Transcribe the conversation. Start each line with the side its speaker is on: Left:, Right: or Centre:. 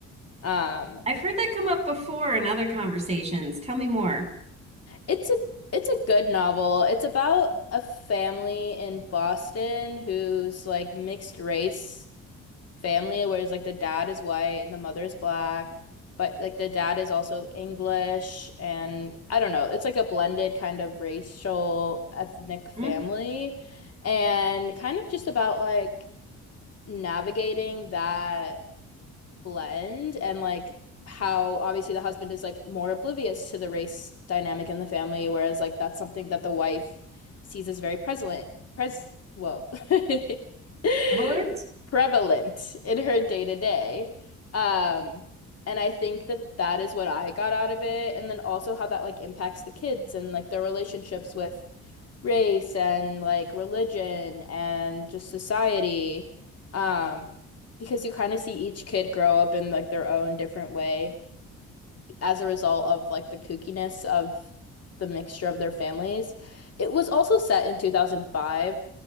Left: Um,
Right: I've heard that come up before in other conversations. Tell me more.
Left: it's a it's a good novel. It's about a family in Boston who's like mixed race family where it's like the dad is white and the mother is black, but like the dad is also English and I don't know. It's like a blended kind of racial ethnic family
Right: Mm,
Left: and kind of just about like navigating that blend and like how obviously the husband is like more oblivious to the race dynamic in the family, whereas like that's something that the wife sees as very prevalent, pres whoa, <laughs>
Right: Evelyn's?
Left: prevalent in her day to day. Um, and I think that that is what I got out of it, and then also how that like impacts the kids and like their relationships with race and like religion and just society. Um, because you kind of see each kid grow up in like their own different way as a result of like the kookiness of the mixture of their families. It was also set in 2005,